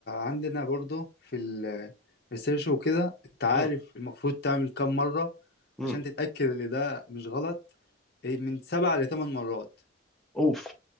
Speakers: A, on the left; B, in the centre.
A: عندنا برضو في الريسيرش وكده انت عارف
B: امم
A: المفروض تعمل كام مره
B: امم
A: عشان تتاكد ان ده مش غلط إيه، من سبعة لثمان مرات
B: اوف